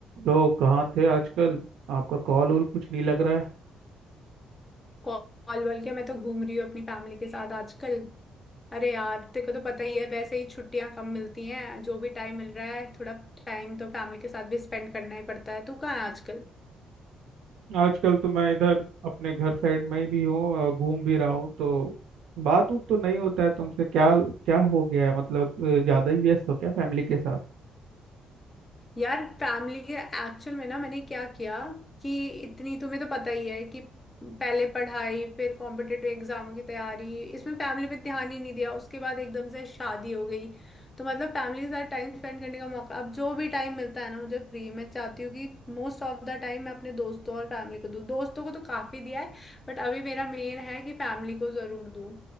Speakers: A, on the right (about 80°); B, on the left (about 25°).
A: तो कहाँ थे आजकल आपका कॉल वॉल कुछ नहीं लग रहा है
B: कॉल वॉल के मैं तो घूम रही हूँ अपनी फैमिली के साथ आजकल अरे यार तेरे को तो पता ही है वैसे ही छुट्टियां कम मिलती हैं जो भी टाइम मिल रहा है थोड़ा टाइम तो फैमिली के साथ भी स्पेंड करना ही पड़ता है तू कहाँ है आजकल
A: आजकल तो मैं इधर अपने घर साइड में ही भी हूँ और घूम भी रहा हूँ तो बात उत तो नहीं होता है तुमसे क्या क्या हो गया है मतलब अ, ज्यादा ही व्यस्त हो क्या फैमिली के साथ
B: यार फैमिली के एक्चुअल में ना मैंने क्या किया कि इतनी तुम्हें तो पता ही है कि पहले पढ़ाई फिर कॉम्पिटेटिव एग्जामों की तैयारी इसमें फैमिली पे ध्यान ही नहीं दिया उसके बाद एकदम से शादी हो गई तो मतलब फैमिली के साथ टाइम स्पेंड करने का मौका अब जो भी टाइम मिलता है ना मुझे फ्री मैं चाहती हूँ कि मोस्ट ऑफ द टाइम मैं अपने दोस्तों और फैमिली को दूँ दोस्तों को तो काफी दिया है बट अभी मेरा मेन है कि फैमिली को जरूर दूँ